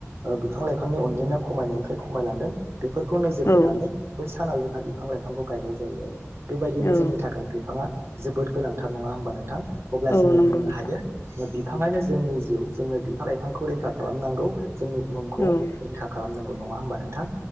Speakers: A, on the right; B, on the left.
A: ओ बिफां लाइफांनि अनजिमाया खमायनायनिफ्राय खमायलांदों बेफोरखौ नोजोर बोनानै
B: औ
A: बै सानाव जोंहा बे बिफां लाइफांखौ गायनाय जायो आरो बेबायदिनो
B: औ
A: जोंनि थाखाय बिफाङा जोबोद गोनांथार नङा होमबा नोंथां अब्ला
B: औ
A: जोङो
B: नंगौ
A: बुंनो
B: नोंथां
A: हायो <unintelligible> बिफाङानो जोंनि जिउ जोङो बिफां लाइफांखौ रैखा खालामनांगौ । जोंनि बुहुमखौ
B: औ
A: रैखा खालामनांगौ । नङा होनोमबा नोंथां?